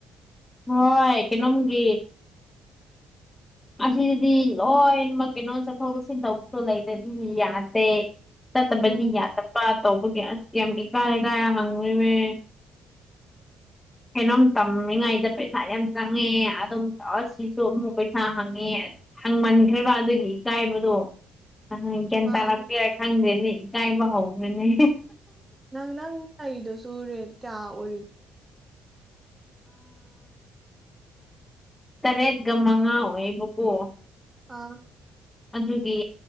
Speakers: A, on the left; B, on the right.
A: ꯍꯣꯏ ꯀꯩꯅꯣꯝꯒꯤ ꯑꯁꯤꯗꯗꯤ ꯂꯣꯏꯅꯃꯛ ꯀꯩꯅꯣ ꯆꯠꯊꯣꯛ ꯆꯠꯁꯤꯟ ꯇꯧꯕꯁꯨ ꯂꯩꯔꯗꯤꯗꯤ ꯌꯥꯗꯦ ꯆꯠꯇꯕꯗꯤ
B: ꯎꯝ
A: ꯌꯥꯗꯕ ꯇꯧꯕꯒꯤ ꯑꯁ ꯌꯥꯝ ꯏꯀꯥꯏ ꯀꯥꯏ ꯍꯪꯉꯨꯅꯦ ꯀꯩꯅꯣꯝ ꯇꯝꯃꯤꯉꯥꯏꯗ ꯄꯩꯁꯥ ꯌꯥꯝ ꯆꯪꯉꯦ ꯑꯗꯨꯝ ꯇ ꯁꯤꯁꯨ ꯑꯃꯨꯛ ꯄꯩꯁꯥ ꯍꯪꯉꯦ ꯍꯪꯃꯟꯈ꯭ꯔꯕ ꯑꯗꯨꯒꯤ ꯏꯀꯥꯏꯕꯗꯣ ꯑꯪ ꯒ꯭ꯌꯥꯟ
B: ꯃꯥꯅꯦ
A: ꯇꯥꯔꯛꯄꯦꯔ ꯈꯪꯗ꯭ꯔꯦꯅꯦ ꯏ ꯀꯥꯏꯕ ꯍꯧꯈ꯭ꯔꯅꯦ
B: ꯅꯪ ꯅꯪ ꯂꯩꯗꯨꯁꯨꯦ ꯀꯌꯥ ꯑꯣꯏꯔꯤꯅꯣ
A: ꯇꯔꯦꯠꯒ ꯃꯉꯥ ꯑꯣꯏꯕꯀꯣ
B: ꯑꯥ
A: ꯑꯗꯨꯒꯤ